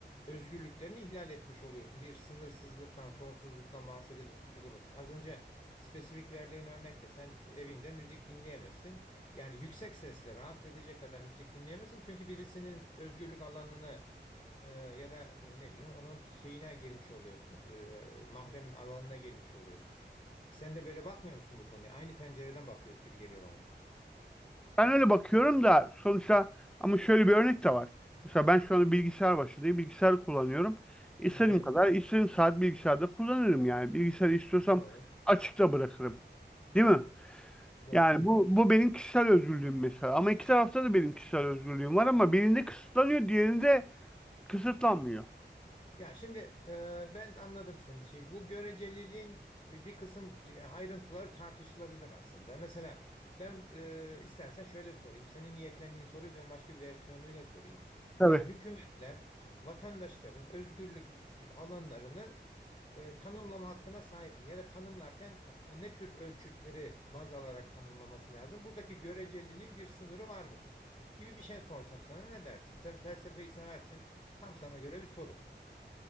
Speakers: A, on the left (about 25°); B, in the centre.
A: özgürlüklerini ihlal etmiş oluyorsun. Bir sınırsızlıktan, sonsuzluktan bahsedecek olursak. Az önce spesifik verdiğin örnekte sen evinde müzik dinleyemezsin. Yani yüksek sesle rahatsız edecek kadar müzik dinleyemezsin çünkü birisinin özgürlük alanını e, ya da e, ne bileyim onun şeyine girmiş oluyorsun. E, mahrem alanına girmiş oluyorsun. Sen de böyle bakmıyor musun bu konuya? Aynı pencereden bakıyoruz gibi geliyor bana.
B: Ben öyle bakıyorum da sonuçta ama şöyle bir örnek de var. Mesela ben şu anda bilgisayar başındayım. Bilgisayar kullanıyorum. İstediğim
A: Hı hı.
B: kadar, istediğim saat bilgisayarda kullanırım yani. Bilgisayarı istiyorsam
A: Doğru.
B: açıkta bırakırım. Değil mi?
A: Doğru.
B: Yani bu bu benim kişisel özgürlüğüm mesela. Ama iki tarafta da benim kişisel özgürlüğüm var ama birinde kısıtlanıyor, diğerinde kısıtlanmıyor.
A: Ya şimdi e, ben anladım senin şeyi. Bu göreceliliğin bir kısım şey- ayrıntıları tartışılabilir aslında. Mesela ben e, istersen şöyle sorayım. Senin niyetlendiğin soruyu ben başka bir versiyonuyla sorayım.
B: Tabii.
A: Yani hükümetler vatandaşların özgürlük alanlarını e, tanımlama hakkına sahip mi? Ya da tanımlarken ta- e, ne tür ölçütleri baz alarak tanımlaması lazım? Buradaki göreceliliğin bir sınırı var mıdır? Gibi bir şey sorsam sana ne dersin? Sen felsefeyi seversin. Tam sana göre bir soru.